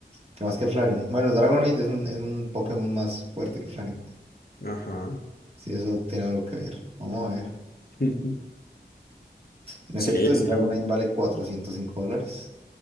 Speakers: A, on the right; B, on the left.
A: ¿Qué más que Flareon? Bueno, Dragonite es un, es un Pokémon más fuerte que Flareon.
B: Ajá.
A: Si eso tiene algo que ver. Vamos a ver.
B: <laughs>
A: En
B: Sí,
A: efecto,
B: sí.
A: el Dragonite vale 405 dólares.